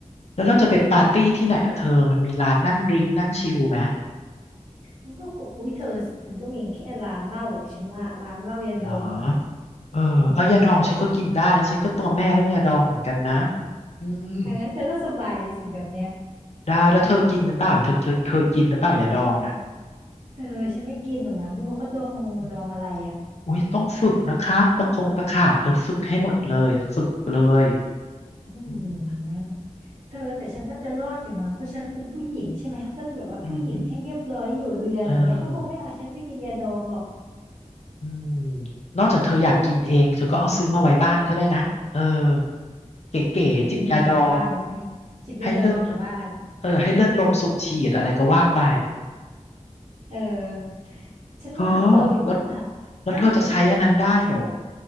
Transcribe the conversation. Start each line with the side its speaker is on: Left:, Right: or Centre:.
Left: แล้วเราจะไปปาร์ตี้ที่ไหนล่ะเธอมันมีร้านนั่งดริงก์นั่งชิลไหม
Right: มันก็คงอุ้ยเธอมันก็มีแค่ร้านเหล้าแหละฉันว่าร้านเหล้ายาดองอ่ะ
Left: เหรอ เออเอายาดองฉันก็กินได้นะฉันก็ตัวแม่เรื่องยาดองเหมือนกันนะ
Right: อืม
Left: อืม
Right: อย่างนั้นเธอก็สบายเลยสิแบบเนี้ย
Left: ได้แล้วเธอกินหรือเปล่าเธอเธอเคยกินหรือเปล่ายาดองอ่ะ
Right: เธอฉันไม่กินหรอกนะไม่รู้เขาดองงูดองอะไรอ่ะ
Left: อมอุ้ยต้องฝึกนะคะตะคงตะขาบเธอฝึกให้หมดเลยฝึกเลย
Right: อืม
Left: อืม
Right: เธอแต่ฉันน่าจะรอดอยู่มั้งเพราะฉันเป็นผู้หญิงใช่ไหมก็จะแบบว่าผู้หญิงให้เรียบร้อยอยู่เรือนอย่างเงี้ยเขาคงไม่เอาฉันไปกินยาดองหรอก
Left: อืมฮึเอออืมนอกจากเธออยากกินเองเธอก็เอาซื้อมาไว้บ้านก็ได้นะเออเก๋ๆจิบยาดอง
Right: กินอยู่บ้านเลยใช่ไหมจิบยาดองอยู่บ้าน
Left: ให้เลือดเออให้เลือดลมสูบฉีดอะไรก็ว่าไป
Right: เออฉันว่าเราอยู่นู่นนะ
Left: เธอแล้ว แล้วเธอจะใช้อันนั้นได้เหรอ
Right: ฮะ